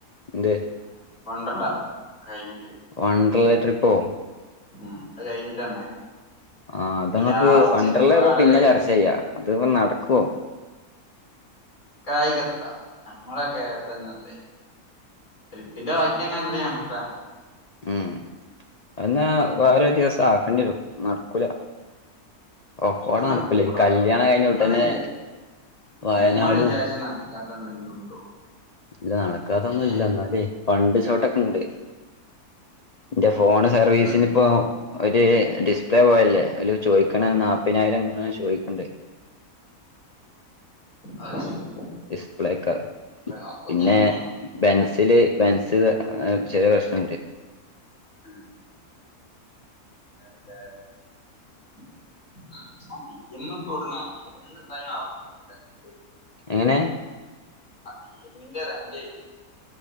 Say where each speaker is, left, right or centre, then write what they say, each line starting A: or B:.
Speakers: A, on the left (about 45°); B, on the left (about 60°).
A: എന്ത്
B: <unintelligible> കഴിഞ്ഞിട്ട്
A: വണ്ട്രല്ല ട്രിപ്പോ
B: ഉം അത് കഴിഞ്ഞിട്ട് തന്നെ
A: ആ അത് നമുക്ക്
B: ലാസ്റ്റ്
A: വണ്ട്രല്ല
B: ക്വാട
A: ഒക്കെ പിന്നെ
B: കഴിഞ്ഞിട്ട്
A: ചർച്ച ചെയ്യാം അത് നട കോ
B: കായികത്ത നമ്മളൊക്കെ തന്നല്ലേ ട്രിപ്പിന്റെ ബാക്കി തന്നെല്ലേ വണ്ട്രല്ല
A: ഉം അന്നാ വേറെ ദിവസം ആക്കണ്ടി വരും നടക്കൂല ഒക്കോടെ
B: അതൊക്കെ
A: നടക്കൂല
B: നടക്കൂടാ
A: ഈ കല്യാണം കഴിഞ്ഞ
B: നമ്മള്
A: ഉടനെ
B: വിചാ
A: വയനാടും.
B: ഞമ്മള് വിചാരിച്ച നടക്കാത്ത എന്തെങ്കിലും ഉണ്ടോ
A: ഇല്ല നടക്കാതൊന്നുംല്ല.
B: ഏ
A: എന്നാലേ ഫണ്ട് ഷോട്ടൊക്കെ ഇണ്ട് എന്റെ ഫോണ് സർവീസിന്
B: അത്
A: ഇപ്പോ ഒരു ഡിസ്പ്ലേ പോയല്ലേ അതിലൊരു ചോദിക്കണ നാപ്പതിനായിരം <unintelligible> ചോയിക്കണ്ടേ
B: അത് ശരി
A: ഡിസ്പ്ലേക്ക
B: അപ്പൊ
A: പിന്നെ
B: ഞങ്ങക്ക് പണ്ടൊന്നും
A: ബെൻസില്
B: വല്ലാണ്ട് പണിയില്ല.
A: ബെൻസ്ത് ചെറിയ പ്രശ്നുണ്ട്
B: ആ <unintelligible> <unintelligible>
A: എങ്ങനെ
B: ആ ബി എമ്മിന്റെ റെന്റെയ്